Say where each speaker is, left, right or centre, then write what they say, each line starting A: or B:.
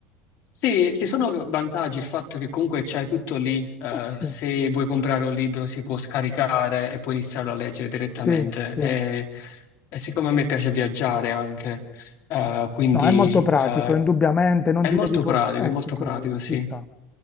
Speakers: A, on the left; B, on the left.
A: sì, ci sono vantaggi, il fatto che comunque c'hai tutto lì, eh,
B: Eh sì,
A: se vuoi comprare un libro si può scaricare e puoi iniziarlo a leggere direttamente.
B: sì, sì.
A: E, e siccome a me piace viaggiare anche, eh, quindi
B: No, è molto pratico,
A: eh,
B: indubbiamente, non
A: è
B: ti
A: molto
B: devi portare...
A: pratico, è molto
B: Ecco, quindi
A: pratico, sì.
B: ci sta.